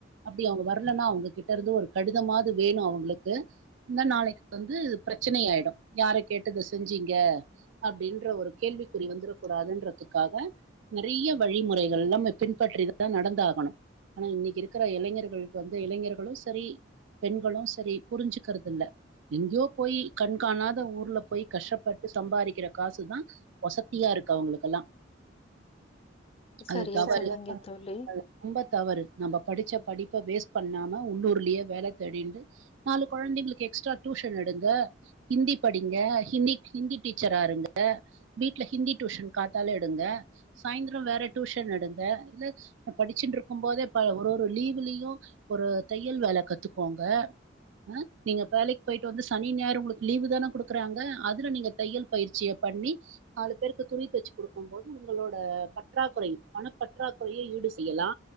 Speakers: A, on the right; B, on the left.
A: அப்டி அவங்க வரலன்னா அவுங்கக்கிட் தருந்து ஒரு கடிதமாது வேணு அவுங்களுக்கு இந்த நாளைக்கு வந்து பிரச்சனையாயிடு யாரை கேட் இத செஞ்சீங்க அப்டின்ற ஒரு கேள்விக்குறி வந்துடக் கூடாதுன்றதுக்காக நெறைய வழிமுறைகள்லா நம் பின்பற் அபபிடி இதுதா நடந்தாகணு ஆனா இன்னைக்கி இருக்கற இளைஞர்களுக்கு வந்து இளைஞர்களு ஸ் செரி பெண்களு செரி புரிஞ்சுக்கறதில்ல எங்கேயோ போய் கண்காணாத ஊர்ல போய் கஷ்டப்பட்டு சம்பாதிக்கற காசுதா ஒசத்தியா இருக்கு அவங்களுக்கெல்லா அது
B: சரியா
A: தவறு
B: சொன்னீங்க தோழி.
A: <unintelligible> தவறு நம்ம படிச்ச படிப்ப வேஸ்ட் பண்ணாம உள்ளூர்லேயே வேல தேடிண்டு நாலு கொழந்தைகளுக்கு எக்ஸ்ட்ரா டியூஷன் எடுங்க ஹிந்தி படிங்க க ஹிந்தி ஹிந்தி டீச்சராருங்க வீட்ல ஹிந்தி டியூஷன் காத்தால எடுங்க சாயந்திரம் வேற டியூஷன் எடுங்க இல்ல படிச்சுண்ட்ருக்கும் போதே ஒரு ஒரு லீவ்லியு ஒரு தையல் வேல கத்துக்கோங்க அ நீங்க வேலைக் போயிட்டு வந்து சனி ஞாயிறு உங்களுக்கு லீவு் தான குடுக்கறாங்க அதுல நீங்க தையல் பயிற்சியப் பண்ணி நாலு பேருக்கு துணி தச்சு குடுக்கும் போது உங்களோட பற்றாக்களை பணப்பற்றாக்குறையை இட் டு செய்யலா